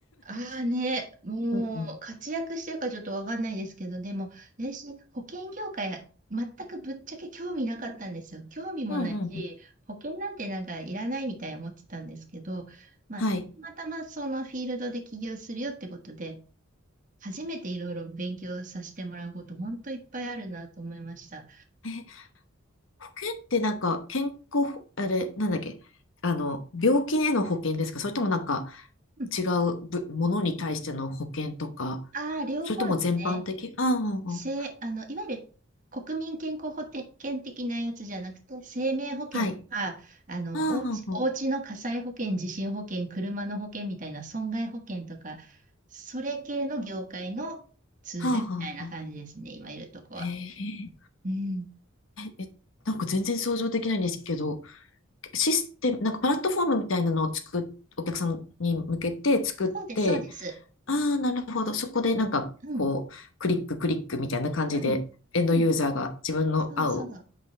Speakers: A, on the right (about 40°); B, on the left (about 75°).
A: ああね、もう活躍してるかちょっとわかんないですけど、
B: うんうん。
A: でも、私、保険業界、全くぶっちゃけ興味なかったんですよ。興味もないし、
B: うんうんうん。
A: 保険なんてなんかいらないみたいに思ってたんですけど、まあ、
B: はい。
A: たまたまそのフィールドで起業するよってことで、初めていろいろ勉強させてもらうこと、本当いっぱいあるなと思いました。
B: え、保険ってなんか、健康保、あれ、なんだっけ、あの、病気への保険ですかそれともなんか、
A: うん。
B: 違うぶものに対しての保険とか、
A: ああ、両方ですね。
B: それとも全般的ああ、うんうんうん。
A: せ、あの、いわゆる国民健康保険的なやつじゃなくて、生命保険とか、
B: はい。
A: あの、
B: ああ、
A: おうち、
B: うんうん。
A: おうちの火災保険、地震保険、車の保険みたいな損害保険とか、それ系の業界のツールみたいな感じですね、
B: はあはあはあ。
A: 今いるとこは。
B: へえ。
A: うん。
B: え、えなんか全然想像できないんですけど、システム、なんかプラットフォームみたいなのを作っ、お客さんに向けて作って、
A: そうです、そうです。
B: ああ、なるほど。そこでなんかこう、
A: うん、
B: クリッククリックみたいな感じで、
A: うん、
B: エンドユーザーが自分の合う
A: うん。そうそう。